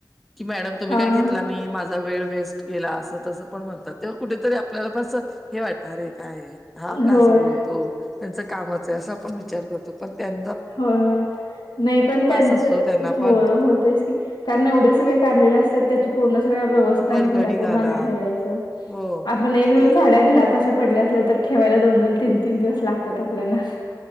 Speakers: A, in the centre; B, on the left.
A: की मॅडम तुम्ही
B: हा
A: काय घेतला
B: हा
A: नाही माझ वेळ वेस्ट गेला अस त पण म्हणतात तेव्हा कुठेतरी आपल्याला पण हे वाटणारे काय हा का
B: होय
A: असं बोलतो?
B: होय
A: त्यांच कामाच आहे असं आपण विचार करतो. पण त्यां
B: होय होय. नही पण त्यांच
A: असतो त्यांना
B: होय
A: पण
B: होतयच की कारण एवढे सगळे काढले असतात त्याची पूर्ण सगळ्या व्यव तिथं
A: पर
B: आणि
A: घडी
B: घड्या करून
A: घाला
B: आणि ठेवायचं.
A: हो
B: आपण एक, दोन
A: ती
B: साड्या घरात पडल्या असल्या तर ठेवायला दोन दोन, तीन तीन दिवस लागत्यात आपल्याला.